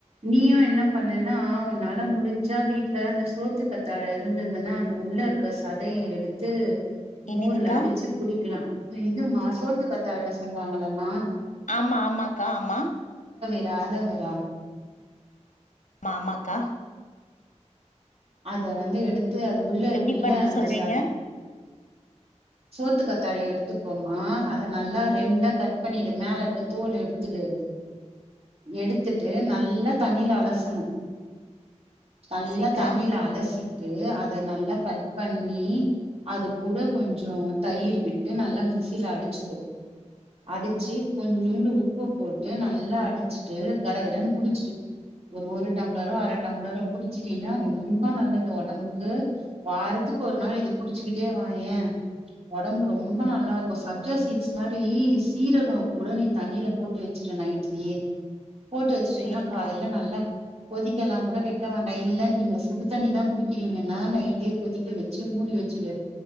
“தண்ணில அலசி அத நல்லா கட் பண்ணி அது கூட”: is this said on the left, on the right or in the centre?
Right